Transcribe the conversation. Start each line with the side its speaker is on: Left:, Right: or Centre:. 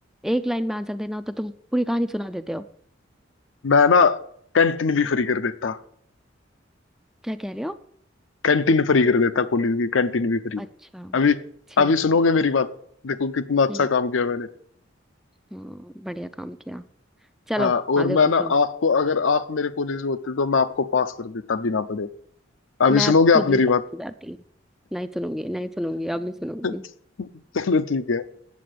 Centre: एक लाइन में आंसर देना होता तुम पूरी कहानी सुना देते हो
Left: मैं ना कैंटीन भी फ्री कर देता
Centre: क्या कह रहे हो
Left: कैंटीन फ्री कर देता कॉलेज की कैंटीन भी फ्री
Centre: अच्छा
Left: अभी
Centre: ठीक
Left: अभी सुनोगे
Centre: है
Left: मेरी बात देखो कितना अच्छा
Centre: हम्म
Left: काम किया मैंने
Centre: हाँ बढ़िया काम किया चलो
Left: हाँ और
Centre: आगे
Left: मैं
Centre: पूछो
Left: ना आपको अगर आप मेरे कॉलेज में होते तो मैं आपको पास कर देता बिना पढ़े अभी
Centre: मैं
Left: सुनोगे आप
Centre: खुद
Left: मेरी
Centre: भी पास
Left: बात
Centre: हो जाती नहीं सुनूंगी नहीं सुनूंगी अब नहीं सुनूंगी
Left: <laughs> चलो ठीक है